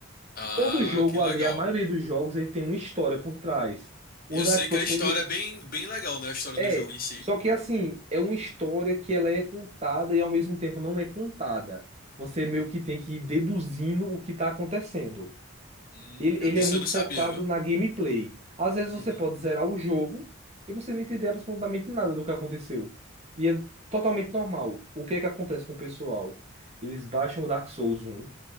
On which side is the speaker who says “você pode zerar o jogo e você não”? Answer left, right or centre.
Right